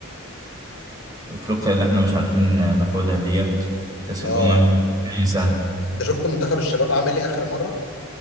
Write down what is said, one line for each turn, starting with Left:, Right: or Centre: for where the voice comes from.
Right: أفريقيا اللي إحنا مش عارفين ناخدها ديت كأس
Left: اه
Right: الأمم مش سهل
Left: انت شفت منتخب الشباب عمل ايه اخر مره